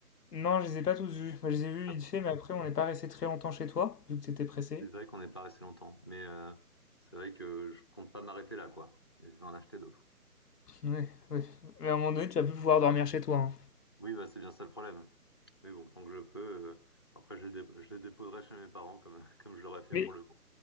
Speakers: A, on the left; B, on the left.
A: Non, je les ai pas tous vus. Moi, je les ai vus
B: Ah,
A: vite fait, mais après, on n'est pas resté très longtemps chez toi, vu que t'étais pressé.
B: C'est vrai qu'on n'est pas resté longtemps, mais euh, c'est vrai que je compte pas m'arrêter là, quoi. Je vais en acheter d'autres.
A: Ouais, ouais. Mais à un moment donné, tu vas plus pouvoir dormir chez toi, hein.
B: Oui, bah, c'est bien ça le problème. Mais bon, tant que je peux, euh, après, je les, dé- je les déposerai chez mes parents comme, <laughs> comme je l'aurais fait
A: Mais
B: pour le